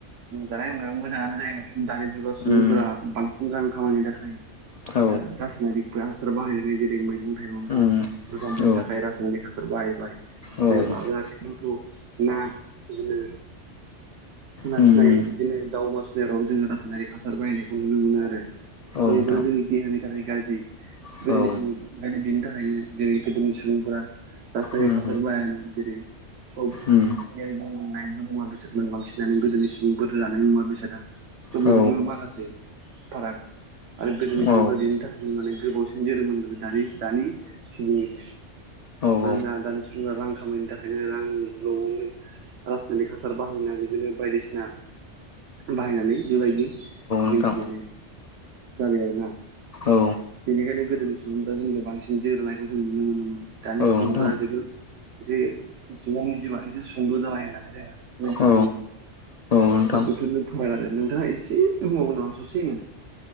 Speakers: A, on the right; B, on the left.
A: ओ जानाय-लोंनायाव मोजाङानो जायोमोन खिनथु दानि जुगाव सुबुंफोरा
B: उम
A: बांसिन रां खामायनो थाखाय ओ
B: औ
A: रासायनारिक हासार बाहायनानै जेरै मैगं-थाइगंखौ
B: उम
A: बुरजा मोननो
B: औ
A: थाखाय रासायनारिक हासार बाहायबाय
B: औ उम
A: जेब आरो आथिखालावथ' ना बिदिनो न
B: उम
A: फिनाय बिदिनो दाउ अमा फिसिनाय राव जोङो रासायनारिक हासार बाहायनायखौ नुनो मोनो आरो।
B: औ
A: स'
B: नोंथां
A: बेफोरो जोंनि देहानि थाखाय गाज्रि।
B: औ
A: गोदोनि समाव ओंखायनो बिनि थाखायनो जेरै गोदोनि सुबुंफोरा राजासथारिख
B: उम
A: हासार बाया मन्दिरै सब माने
B: उम
A: मिथिंगायारि जों मोननाय मुवा बेसादमोन बांसिनानो गोदोनि सुबुंफोर जानाय मुवा बेसादा सब
B: औ
A: बेफोरखौ माखासे फाराग आरो गोदोनि
B: औ
A: सुबुंफ्रा बेनि थाखायनो माने गोबावसिन जोरोम मोन दानि दानि सुबुंनिफ्राय
B: औ
A: मानोना दानि सुबुंफोरा रां खामायनो थाखायनो रां लबावनो राजासनितक हासार बाहायनाय बिदिनो बायदिसिना बाहायनानै बेबायदि जिोंखौ
B: नोंथां
A: माने जाबाय आरोना
B: औ
A: बेनिखायनो गोदोनि सुबुंफोरा जोंनिो बांसिन जोरोननायखौ जों नुनो मोनोमोन दानि
B: औ
A: सुबुंफोरा
B: नोंथां
A: जोबोद एसे सुबुंनि जिबआ एसे सुंद' जाबाय होननानै जोङो मोनथिनो
B: औ
A: मोनो।
B: नोंथां
A: दा बेफोरनो फाराग आरो नोंथाङा एसे बुंबावगौ नामा ससेनो?